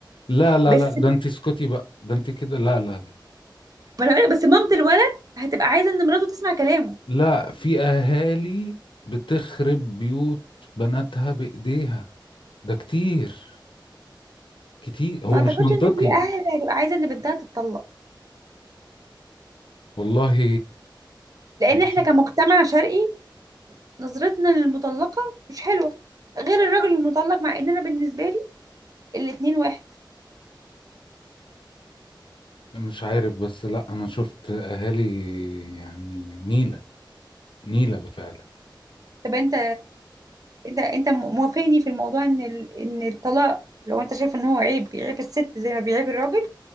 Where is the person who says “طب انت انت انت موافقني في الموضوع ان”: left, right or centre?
Right